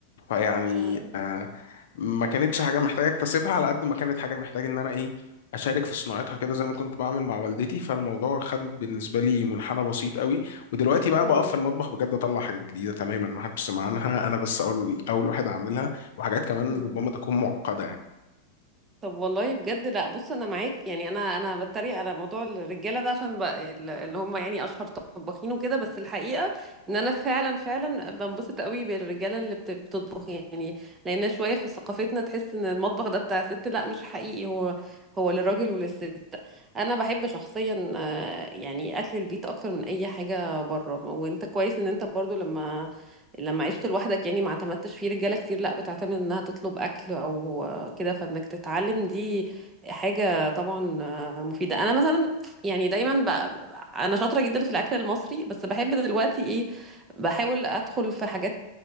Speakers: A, on the left; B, on the right.
A: فيعني
B: آه.
A: آه، ما كانتش حاجة محتاجة اكتسبها على قد ما كانت حاجة محتاجة إن أنا إيه أشارك في صناعتها كده زي ما كنت بعمل مع والدتي فالموضوع خد بالنسبة لي منحنى بسيط قوي ودلوقتي بقى
B: مم.
A: بقف في المطبخ بجد أطلع حاجات جديدة تماما ما حدش سمع عنها أنا بس أول أول واحد أعملها وحاجات كمان
B: مم.
A: ربما تكون معقدة يعني
B: طب والله بجد لا بص انا معاك يعني انا انا بتريق على موضوع الرجاله ده عشان بقى ال- اللي هم يعني اشهر طباخين وكده بس الحقيقه ان انا فعلا فعلا بنبسط قوي بالرجاله اللي بت- بتطبخ يعني لان شويه في ثقافتنا تحس ان المطبخ ده بتاع ست لا مش حقيقي هو هو للراجل وللست انا بحب شخصيا آه، يعني اكل البيت اكتر من اي حاجه بره وانت كويس ان انت برضو لما لما عشت لوحدك يعني ما اعتمدتش في رجاله كتير لا بتعتمد انها تطلب اكل او كده فانك تتعلم دي حاجه طبعا مفيده انا مثلا يعني دايما ب... انا شاطره جدا في الاكل المصري بس بحب دلوقتي ايه بحاول ادخل في حاجات